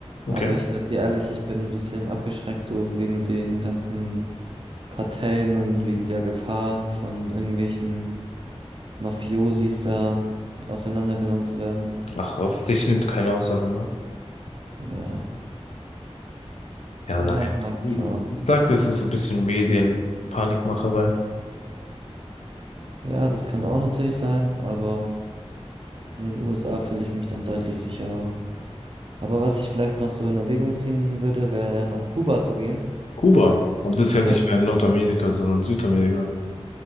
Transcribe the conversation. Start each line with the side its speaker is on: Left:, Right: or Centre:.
Left: Okay.
Right: Aber ich sag dir ehrlich, ich bin ein bisschen abgeschreckt, so wegen den ganzen Kartellen und wegen der Gefahr von irgendwelchen Mafiosis da auseinandergenommen zu werden.
Left: Ach was, dich nimmt keiner auseinander.
Right: Ja,
Left: Ja,
Right: ja,
Left: nein.
Right: mal schauen.
Left: Ich sag, das ist so ein bisschen Medienpanikmacherei.
Right: Ja, das kann auch natürlich sein, aber in den USA fühle ich mich dann deutlich sicherer. Aber was ich vielleicht noch so in Erwägung ziehen würde, wäre ja nach Kuba zu gehen.
Left: Kuba. Aber das ist ja
Right: Ja.
Left: nicht mehr Nordamerika, sondern Südamerika.